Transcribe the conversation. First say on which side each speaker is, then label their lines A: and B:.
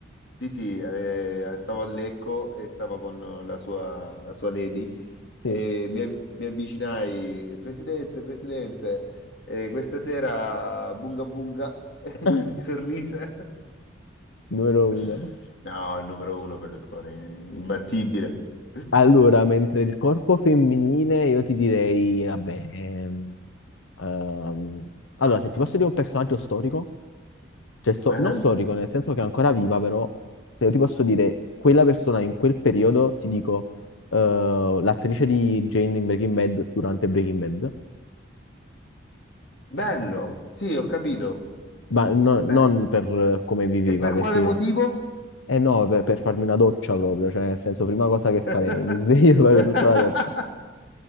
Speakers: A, on the left; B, on the left.
A: Sì, sì, eh, stavo a Lecco e stavo con la sua, la sua lady
B: sì,
A: e mi, av- mi avvicinai, Presidente, Presidente, eh, questa sera Bunga Bunga <laughs> e
B: <laughs>
A: mi sorrise.
B: numero
A: <laughs>
B: uno.
A: No, il numero uno Berlusconi, imbattibile.
B: Allora, mentre il corpo femminile, io ti direi, vabbè, ehm, ehm, allora, se ti posso dire un personaggio storico... cioè, sto-
A: Eh?
B: non storico, nel senso che è ancora viva, però se io ti posso dire quella persona in quel periodo, ti dico eh, l'attrice di Jane in Breaking Bad durante Breaking Bad,
A: Bello, sì, ho capito.
B: ma no-
A: Beh,
B: non per eh, come viveva,
A: e per
B: perché
A: quale motivo?
B: eh no, per, per farmi una doccia proprio, cioè nel senso prima cosa che farei,
A: <laughs>
B: mi sveglio <laughs> e vado sotto la doccia.